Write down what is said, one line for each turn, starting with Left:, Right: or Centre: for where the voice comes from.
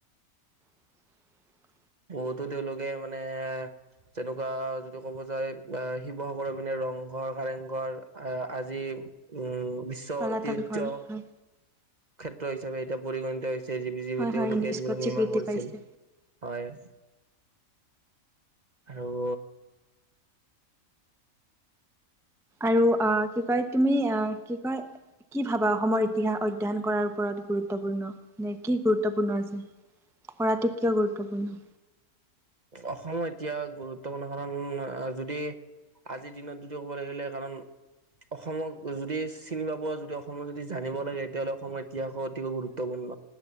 Centre: <inaudible>
Right: বহুতো তেওঁলোকে মানে তেনেকুৱা যদি ক'ব যায় শিৱসাগৰৰ পিনে ৰংঘৰ কাৰেংঘৰ আহ আজি উম বিশ্ব
Centre: তলাতল
Right: ঐতিহহ্য
Centre: ঘৰ হয়
Right: ক্ষেত্ৰ হিচাপে এতিয়া পৰিগণিত হৈছে জ
Centre: হয় হয়
Right: তেওঁলোকে
Centre: ইউনেস্কোত
Right: য নিৰ্মাণ
Centre: স্বীকৃতি
Right: কৰিছিল
Centre: পাইছে
Right: হয় আৰু
Centre: আৰু অ কি কয় তুমি অ কি কয় কি ভাব বা অসমৰ ইতিহাস অধ্যয়ন কৰাৰ ওপৰত গুৰুত্বপূৰ্ণ নে কি গুৰুত্বপূৰ্ণ আছে কৰাটো কিয় গুৰুত্বপূৰ্ণ।
Right: অসমৰ এতিয়া গুৰুত্বপূৰ্ণ কাৰণ যদি আজিৰ দিনত যদি ক'ব লাগিলে কাৰণ অসমক যদি চিনি পাব যদি অসমত যদি জানিব লাগে তেতিয়াাহ'লে অসমৰ ইতিহাস অতিকৈ গুৰুত্বপূৰ্ণ।